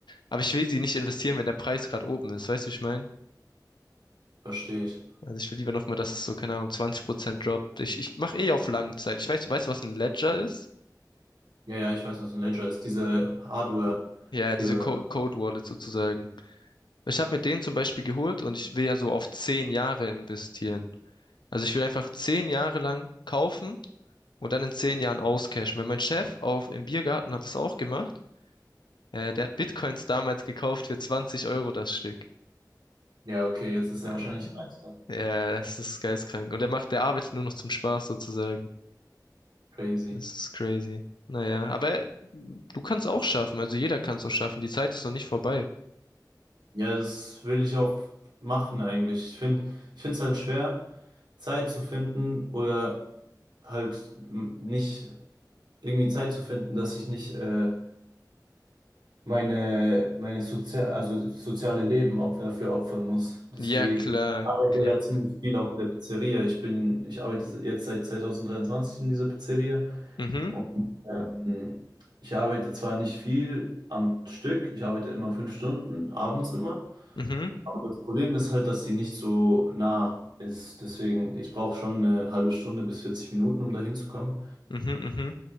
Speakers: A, on the left; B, on the right.
A: Aber ich will sie nicht investieren, wenn der Preis gerade oben ist. Weißt du, wie ich meine?
B: Verstehe ich.
A: Also ich will lieber nochmal, dass es so, keine Ahnung, 20% droppt. Ich, ich mache eh auf Langzeit. Ich weiß, weißt du, was ein Ledger ist?
B: Ja, ja, ich weiß, was ein Ledger ist. Diese Hardware
A: Ja,
B: für.
A: ja, diese Co Code Wallet sozusagen. Ich habe mir den zum Beispiel geholt und ich will ja so auf zehn Jahre investieren. Also ich will einfach 10 Jahre lang kaufen und dann in 10 Jahren auscashen. Weil mein Chef auf, im Biergarten hat es auch gemacht. Äh, der hat Bitcoins damals gekauft für 20 Euro das Stück.
B: Ja, okay, jetzt ist
A: Äh,
B: er wahrscheinlich leichter.
A: ja, das ist geistkrank Und der macht, der arbeitet nur noch zum Spaß sozusagen.
B: Crazy.
A: Das ist crazy. Naja, aber du kannst auch schaffen. Also jeder kann es auch schaffen. Die Zeit ist noch nicht vorbei.
B: Ja, das will ich auch machen eigentlich. Ich finde, ich finde es halt schwer, Zeit zu finden oder halt m- nicht irgendwie Zeit zu finden, dass ich nicht äh, meine, meine Sozia also soziale Leben op dafür opfern muss. Deswegen
A: Ja, klar,
B: ich arbeite
A: klar.
B: ja ziemlich viel auch in der Pizzeria. Ich bin, ich arbeite jetzt seit 2023 in dieser Pizzeria.
A: Mhm,
B: Und, ähm, ich arbeite zwar nicht viel am Stück, ich arbeite immer fünf Stunden, abends immer.
A: mhm,
B: Aber das Problem ist halt, dass die nicht so nah ist. Deswegen, ich brauche schon eine halbe Stunde bis 40 Minuten, um da hinzukommen.
A: mhm,